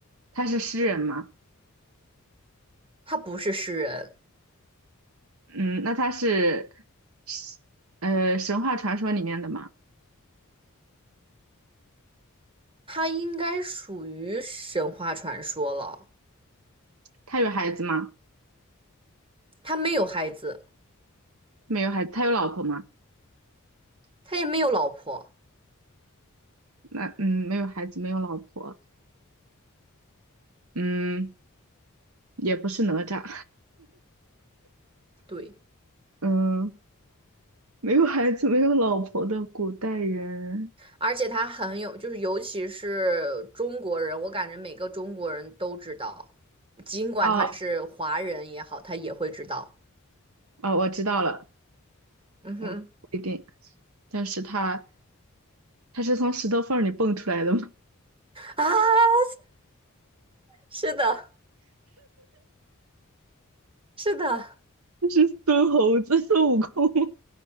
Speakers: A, on the right; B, on the right.
A: 他是诗人吗？
B: 他不是诗人，
A: 嗯，那他是是呃神话传说里面的吗？
B: 他应该属于神话传说了，
A: 他有孩子吗？
B: 他没有孩子，
A: 没有孩子，他有老婆吗？
B: 他也没有老婆，
A: 那嗯，没有孩子，没有老婆，嗯，也不是哪吒，
B: 对。
A: 嗯，没有孩子，没有老婆的古代人，
B: 而且他很有，就是尤其是中国人，我感觉每个中国人都知道，尽管他是华人也好，
A: 哦
B: 他也会知道。
A: 哦，我知道了，
B: 嗯哼，
A: 我不一定，但是他他是从石头缝儿里蹦出来的吗？
B: 啊，是的，是的。
A: <laughs> 是孙猴子，孙悟空，